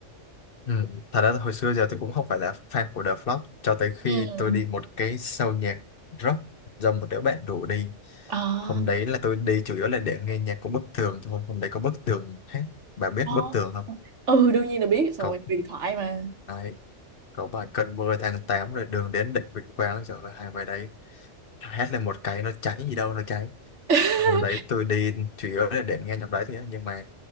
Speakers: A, on the left; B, on the right.
A: Ừ. Thật ra hồi xưa giờ tôi cũng không phải là fan của The Flock cho tới khi
B: ừ
A: tôi đi một cái show nhạc rock do một đứa bạn rủ đi.
B: ờ
A: Hôm đấy là tôi đi chủ yếu là để nghe nhạc của Bức Tường thôi. Hôm đấy có Bức Tường hết. Bà biết
B: Ờ.
A: Bức Tường không?
B: ừ đương nhiên là biết rồi
A: Có,
B: huyền thoại mà
A: đấy, có bài Cơn mưa tháng 8 rồi đường đến đỉnh Vinh Quang. Trời ơi, hai bài đấy hét lên một cái nó cháy gì đâu nó cháy.
B: <laughs>
A: Hôm đấy tôi đi chủ yếu là để nghe nhóm đấy thôi á. nhưng mà